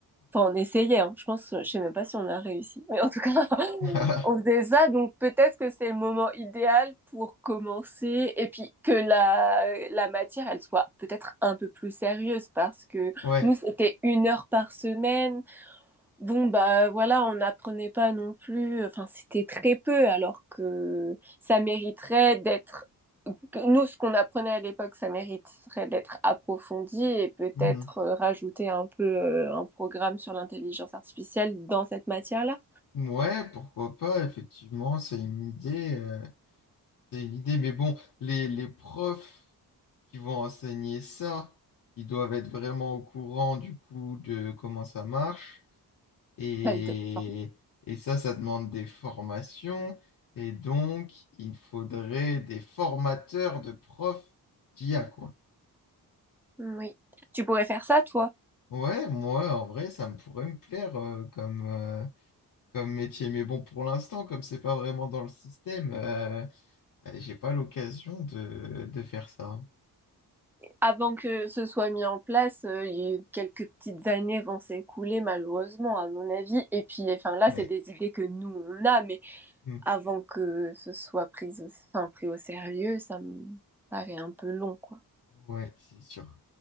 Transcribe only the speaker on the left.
<laughs>
Ouais.
Mmh.
Ouais, pourquoi pas, effectivement, c'est une idée, euh, c'est une idée, mais bon, les, les profs qui vont enseigner ça, ils doivent être vraiment au courant du coup de comment ça marche, et,
et ça, ça demande des formations, et donc il faudrait des formateurs de profs d'I a quoi.
Ouais, moi, en vrai, ça me pourrait me plaire euh, comme, euh, comme métier. Mais bon, pour l'instant, comme c'est pas vraiment dans le système, euh, Euh, J'ai pas l'occasion de, de faire ça.
Ouais,
Hmm.
Ouais, c'est sûr.